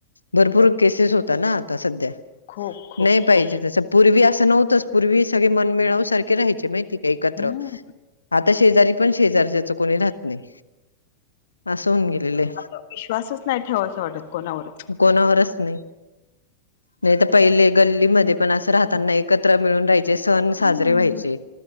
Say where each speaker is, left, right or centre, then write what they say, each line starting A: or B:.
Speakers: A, on the left; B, on the left.
A: भरपूर केसेस होता ना आता सध्या
B: खूप खूप
A: नाही पाहिजे
B: खूप
A: जस पूर्वी असं नव्हतंच. पूर्वी सगळे मनमिळाऊ सारखे राहायचे माहिती का एकत्र.
B: हम्म
A: आता शेजारी पण शेजारच्याच कोणी राहत नाही. असं होऊन गेलेलं आहे.
B: आता विश्वासच नाही ठेवावा असं वाटत कोणावरती.
A: कोणावरच नाही. नाही तर पहिले गल्लीमध्ये पण अस राहतांना
B: हम्म
A: एकत्र मिळून राहायचे सण
B: हम्म.
A: साजरे व्हायचे.